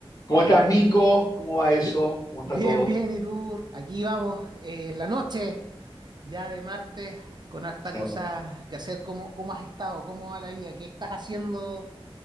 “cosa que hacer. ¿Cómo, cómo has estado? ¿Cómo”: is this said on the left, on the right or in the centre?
Right